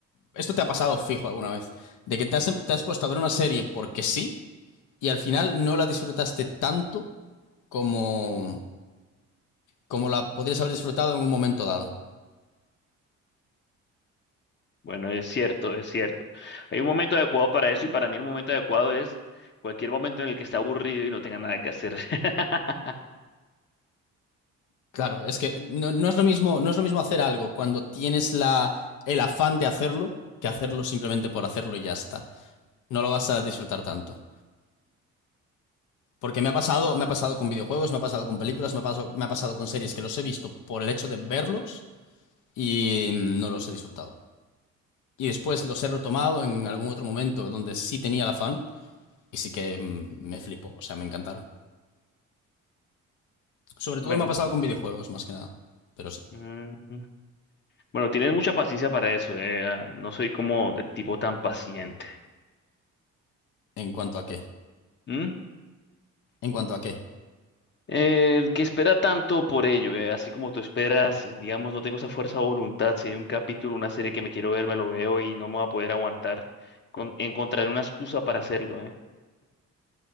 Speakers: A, on the left; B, on the left.
A: esto te ha pasado fijo alguna vez, de que te has, te has puesto a ver una serie porque sí y al final no la disfrutaste tanto como, como la podrías haber disfrutado en un momento dado.
B: Bueno, es cierto, es cierto. Hay un momento adecuado para eso y para mí el momento adecuado es cualquier momento en el que está aburrido y no tenga nada que hacer. <laughs>
A: Claro, es que no, no es lo mismo, no es lo mismo hacer algo cuando tienes la, el afán de hacerlo que hacerlo simplemente por hacerlo y ya está. No lo vas a disfrutar tanto. Porque me ha pasado, me ha pasado con videojuegos, me ha pasado con películas, me ha pasado, me ha pasado con series que los he visto por el hecho de verlos y no los he disfrutado. Y después los he retomado en algún otro momento donde sí tenía la fan y sí que mm, me flipó, o sea, me encantaron. Sobre
B: Bueno,
A: todo me ha pasado con videojuegos, más que nada. Pero sí,
B: mm, mm. bueno, tienes mucha paciencia para eso. eh, ah, No soy como del tipo tan paciente.
A: en cuanto a qué.
B: ¿Mm?
A: En cuanto a qué.
B: Eh, El que espera tanto por ello, eh, así como tú esperas, digamos, no tengo esa fuerza de voluntad. Si hay un capítulo, una serie que me quiero ver, me lo veo y no me va a poder aguantar. Con, encontraré una excusa para hacerlo, ¿eh?